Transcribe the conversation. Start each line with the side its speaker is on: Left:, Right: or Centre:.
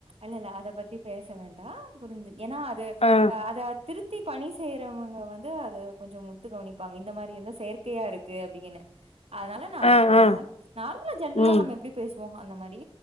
Right: இல்லல்ல அத பத்தி பேச வேண்டா புரிஞ்சு ஏன்னா அது
Left: அ
Right: அத திருத் தி பணி செய்யறவங்க வந்து அத கொஞ்சோ உத்து கவனிப்பாங்க இந்த மாரி இருந்த செயற்கையா இருக்கு அப்டீன்னு அதனால நா
Left: அ
Right: அத சொல்லல
Left: அ
Right: நார்மலா ஜென்ரலா
Left: ம்
Right: நம்ம எப்டி பேசுவோமோ அந்த மாரி